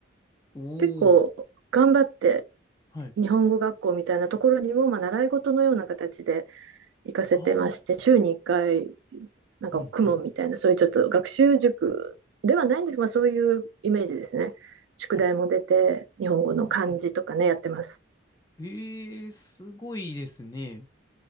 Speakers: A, on the left (about 20°); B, on the right (about 75°).
A: おおー。
B: 結構頑張って、
A: はい。
B: 日本語学校みたいなところにも、まあ、習い事のような形で行かせてまして、
A: ああ、
B: 週に1回、なんか公文みたいな、
A: うんうん。
B: そういうちょっと学習塾ではないんですが、まあ、そういうイメージですね。宿題も出て、
A: あ、あ
B: 日本語の漢字とかね、
A: あ
B: やってます。
A: ええーすごいですね。